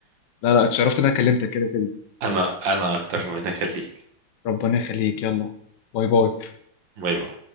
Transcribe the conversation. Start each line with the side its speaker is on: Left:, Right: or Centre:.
Left: لا لا اتشرفت ان انا كلمتك كده كده
Right: انا انا اكتر ربنا يخليك
Left: ربنا يخليك يلا باي باي
Right: باي باي